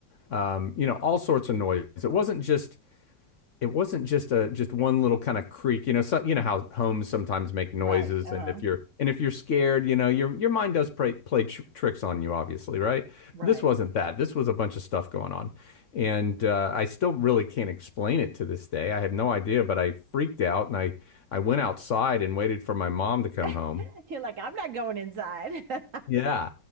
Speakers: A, on the left (about 55°); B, on the right (about 55°).
A: um, you know, all sorts of noise. It wasn't just, it wasn't just a just one little kind of creak you know so, you know how homes sometimes make noises
B: Right. Uh-huh.
A: and if you're and if you're scared you know your your mind does play, play tr tricks on you obviously right
B: Right.
A: this wasn't that this was a bunch of stuff going on and uh, I still really can't explain it to this day I have no idea but I freaked out and I I went outside and waited for my mom to come
B: <laughs>
A: home
B: You're like, I'm not going inside.
A: yeah
B: <laughs>